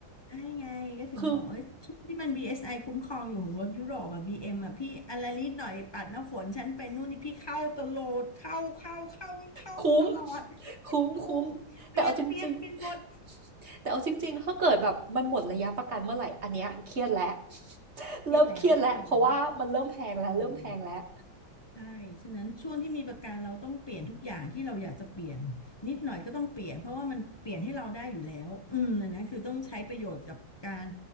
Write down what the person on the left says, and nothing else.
ได้ไงก็ถึงบอกว่าชุดที่มัน
BSI คุ้มครองอยู่ของรถยุโรปอ่ะ BM อมอ่ะพี่อะไรนิดหน่อยปัดน้ำฝนฉันเป็นนู่นนี่พี่เข้าตลอดเข้าเข้าเข้าวิ่งเข้าตลอด
<laughs>
คุ้มเปลี่ยนเปลี่ยนเปลี่ยนหมด
เครียดแล้วเครียดแล้ว
อืม ใช่ ฉะนั้นช่วงที่มีประกันเราต้องเปลี่ยนทุกอย่างที่เราอยากจะเปลี่ยนนิดหน่อยก็ต้องเปลี่ยนเพราะว่ามันเปลี่ยนให้เราได้อยู่แล้ว อืมอันนั้นคือต้องใช้ประโยชน์กับการ